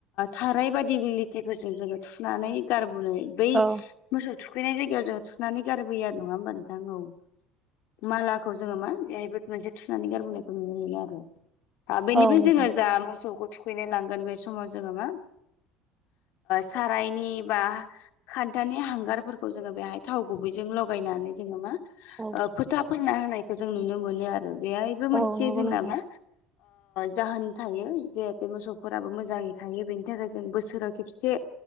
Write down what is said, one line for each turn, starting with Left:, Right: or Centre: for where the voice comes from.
Left: थाराय बाद खेथिफोरजों जोङो थुनानै गारबोनो बै
Right: औ
Left: मोसौ थुखैनाय जायगायाव जों थुनानै गारबोयो नङा होमबा नोंथां आ औ। मालाखौ जोङो मा बेहायबो मोनसे थुनानै गारबोनायखौ नुनो मोनो आरो। बेनिफ्राय
Right: औ नोंथां
Left: जोङो जा मोसौखौ थुखैनो लांगोन बे समाव जोङो मा सारायनि बा खान्थानि हांगारफोरखौ जोङो बेहाय थाव गुबैजों लगायनानै जोङो मा
Right: औ
Left: फोथा फोनना होनायखौ जों नुनो मोनो आरो बेहायबो मोनसे
Right: औ नंगौ
Left: जोंना
Right: नोंथां
Left: मा जाहोन थायो जहाथे मोसौफोराबो मोजाङै थायो बेनि थाखाय जों बोसोराव खेबसे